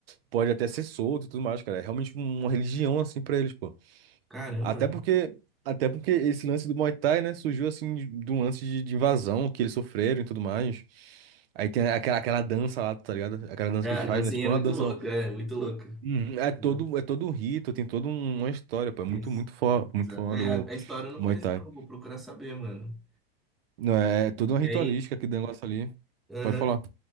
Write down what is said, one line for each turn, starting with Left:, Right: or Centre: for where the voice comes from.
Right: pode até ser solto e tudo mais, cara. É realmente uma religião, assim, pra eles, pô.
Centre: Caramba.
Right: Até porque, até porque esse lance do Muay Thai, né, surgiu, assim, de, de um lance de, de invasão que eles sofreram e tudo mais. Aí tem aquela, aquela dança lá, tá ligado? Aquela dança
Centre: Cara,
Right: que eles fazem,
Centre: assim,
Right: né? Tipo,
Centre: é muito
Right: não é uma dança,
Centre: louco,
Right: não.
Centre: é muito louco.
Right: Uhum, É todo,
Centre: Louco.
Right: é todo um rito, tem toda um- uma história, pô. É muito,
Centre: Isso.
Right: muito foda, muito
Centre: Exato.
Right: foda
Centre: É,
Right: o
Centre: a a história eu não
Right: Muay
Centre: conheço,
Right: Thai.
Centre: não. Vou procurar saber, mano.
Right: Não, é, é toda uma ritualística
Centre: E aí?
Right: aquele negócio ali.
Centre: Aham.
Right: Pode falar.